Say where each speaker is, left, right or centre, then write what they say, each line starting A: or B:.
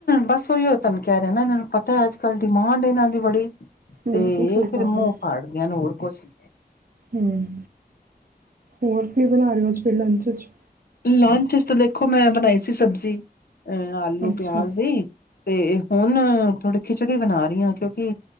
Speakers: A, on the left; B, on the right.
A: ਬਸ ਉਹੀਓ ਤੁੈਨੂੰ ਕਹਿ ਰਿਹੇ ਨਾ ਇਹਨਾਂ ਨੂੰ ਪਤਾ ਅੱਜ ਕੱਲ ਡਿਮਾਂਡ ਇਹਨਾਂ ਦੀ ਬੜੀ
B: ਬਿਲਕੁਲ
A: ਤੇ
B: ਸਹੀ
A: ਫਿਰ
B: ਗੱਲ
A: ਮੂੰਹ
B: ਹੈ
A: ਫਾੜ ਦੀਆਂ, ਹੋਰ ਕੁਛ ਨ
B: ਹਮ ਹੋਰ ਕੀ ਬਣਾ ਰਹੇ ਹੋਜ ਫਿਰ ਲੰਚ ਚ
A: ਲੰਚ ਵਿੱਚ ਤਾਂ ਦੇਖੋ ਮੈਂ ਬਣਾਈ ਸੀ ਸਬਜ਼ੀ ਅ ਆਲੂ
B: ਅੱਛਾ
A: ਪਿਆਜ ਦੀ ਤੇ ਹੁਣ ਥੋੜੀ ਖਿਚੜੀ ਬਣਾ ਰਹੀ ਹਾਂ ਕਿਉਂਕਿ